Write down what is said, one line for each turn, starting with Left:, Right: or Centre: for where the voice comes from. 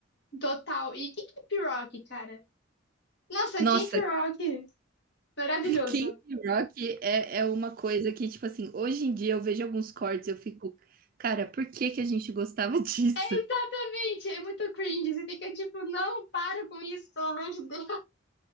Left: total. E, e Cape Rock, cara? Nossa,
Right: Nossa,
Left: Camp Rock, maravilhoso.
Right: Camp Rock é, é uma coisa que, tipo assim, hoje em dia eu vejo alguns cortes, eu fico, cara, por que que a gente gostava <laughs> disso?
Left: É Exatamente, é muito cringe. Você fica tipo, não, para com isso, pelo amor de Deus.